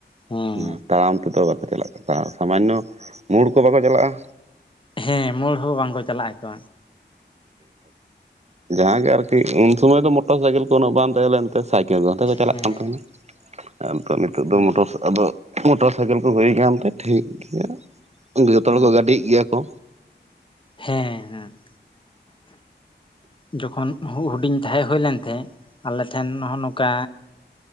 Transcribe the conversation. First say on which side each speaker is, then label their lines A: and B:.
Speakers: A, on the left; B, on the right.
A: ᱦᱮᱸ
B: ᱦᱩᱸ ᱛᱟᱲᱟᱢ ᱛᱮᱫᱚ ᱵᱟᱠᱚ ᱪᱟᱞᱟᱜ ᱠᱟᱱᱟ ᱥᱟᱢᱟᱱᱱᱚ ᱢᱳᱲ ᱠᱚ ᱵᱟᱠᱚ ᱪᱟᱞᱟᱜᱼᱟ᱾
A: ᱦᱮᱸ ᱢᱳᱲ ᱦᱚᱸ ᱵᱟᱝᱠᱚ ᱪᱟᱞᱟᱜ ᱟᱠᱚ᱾
B: ᱡᱟᱦᱟᱸᱜ ᱜᱮ ᱟᱨᱠᱤ ᱩᱱ ᱥᱚᱢᱚᱭ ᱫᱚ ᱢᱚᱴᱚᱨ ᱥᱟᱭᱠᱮᱞ ᱠᱚ ᱩᱱᱟᱹ ᱵᱟᱝ ᱛᱟᱦᱮᱸ ᱞᱮᱱᱛᱮ <unintelligible> ᱪᱟᱞᱟᱜ
A: ᱦᱮᱸ
B: ᱠᱟᱱ ᱛᱟᱦᱮᱱᱟ ᱟᱨ ᱱᱤᱛ ᱱᱤᱛᱚᱜ ᱫᱚ
A: ᱦᱚᱸ
B: ᱢᱚᱴᱚᱨ ᱟᱫᱚ ᱢᱚᱴᱚᱨ ᱥᱟᱭᱠᱮᱞ ᱠᱚ ᱦᱩᱭ ᱟᱠᱟᱱᱛᱮ ᱴᱷᱤᱠ ᱜᱮᱭᱟ ᱡᱚᱛᱚ
A: ᱦᱮᱸ
B: ᱦᱚᱲᱠᱚ ᱜᱟᱹᱰᱤᱭᱮᱜ ᱜᱮᱭᱟ ᱠᱚ
A: ᱦᱮᱸ ᱦᱮᱸ ᱡᱚᱠᱷᱚᱱ ᱦᱩᱰᱤᱧ ᱛᱟᱦᱮᱸ ᱦᱩᱭ ᱞᱮᱱ ᱛᱟᱦᱮᱸ ᱟᱞᱮᱴᱷᱮᱱ ᱠᱟ